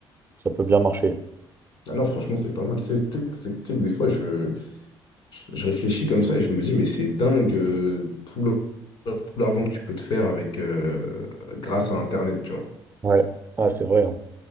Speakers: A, on the right; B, on the left.
A: ça peut bien marcher.
B: Ah non, franchement, c'est pas mal. Tu sais, tu sais- tu sais- tu sais que des fois, je, je réfléchis comme ça et je me dis, mais c'est dingue euh, tout le- tout l'argent que tu peux te faire avec, euh, grâce à Internet, tu vois.
A: Ouais, ah, c'est vrai. hein.